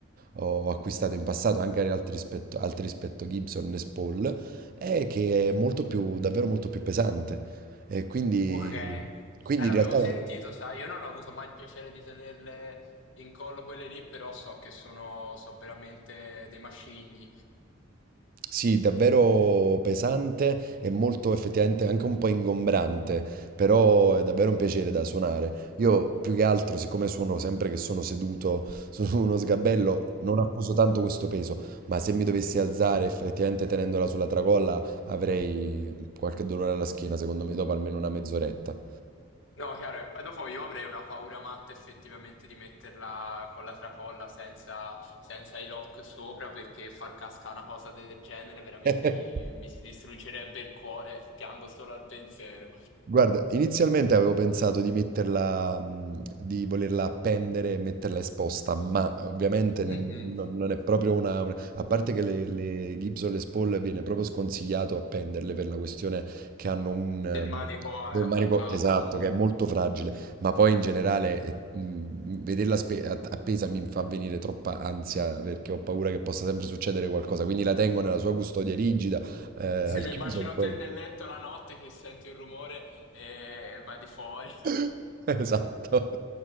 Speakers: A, on the right; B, on the left.
A: ho acquistato in passato, anche ad altri rispetto, altri rispetto Gibson Les Paul, è che è molto più, davvero molto più pesante. E quindi,
B: Ok. Eh,
A: quindi
B: l'avevo
A: in realtà...
B: sentito, sai, io non ho avuto mai il piacere di tenerle in collo quelle lì, però so che sono, so veramente dei macigni.
A: Sì, davvero pesante e molto effettivamente anche un po' ingombrante, però è davvero un piacere da suonare. Io più che altro, siccome suono sempre che sono seduto su <laughs> uno sgabello, non accuso tanto questo peso, ma se mi dovessi alzare effettivamente tenendola sulla tracolla avrei qualche dolore alla schiena, secondo me, dopo almeno una mezz'oretta.
B: No, chiaro, e poi dopo io avrei una paura matta effettivamente di metterla con la tracolla senza, senza i lock sopra perché far cascare una cosa del genere veramente
A: <laughs>
B: mi, mi si distruggerebbe il cuore, piango solo al pensiero.
A: Guarda, inizialmente avevo pensato di metterla, mh, di volerla appendere e metterla esposta, ma ovviamente
B: Mhm.
A: ne- non, non è proprio una... un- A parte che le, le Gibson Les Paul viene proprio sconsigliato appenderle per la questione che hanno un... ehm,
B: Del manico è
A: un
B: attaccato
A: manico esatto,
B: comunque.
A: che è molto fragile, ma poi in generale eh, mh, vederla spe- att- appesa mi fa venire troppa ansia perché ho paura che possa sempre succedere qualcosa, quindi la tengo nella sua custodia rigida, eh, al
B: Sì, mi
A: chiuso
B: immagino
A: e poi...
B: te nel letto la notte che senti un rumore e, e vai di fuori.
A: <laughs>
B: <laughs>
A: Esatto.